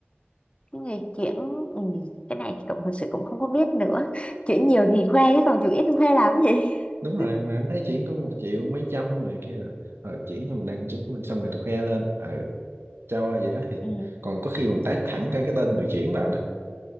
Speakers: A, on the left; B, on the right.
A: cái người chuyển ừ. cái này thì cũng thật sự cũng không có biết nữa chuyển nhiều thì khoe chứ còn chuyển ít thì khoe làm cái gì
B: đúng
A: <laughs>
B: rồi mà em thấy chuyển có một triệu mấy trăm rồi kia là ờ chuyển cho mình đăng chút lên xong rồi tôi khoe lên ờ cho ai gì đó thì
A: ừ.
B: còn có khi còn tag thẳng cả cái tên người chuyển vào nữa